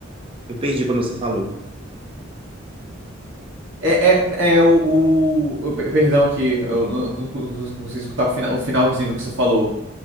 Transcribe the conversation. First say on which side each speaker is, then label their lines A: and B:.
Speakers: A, on the right; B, on the right.
A: eu perdi quando você falou.
B: É, é, é o, o, o- pe- Perdão aqui, eu não, não, consegui escutar o, fina- o finalzinho do que você falou.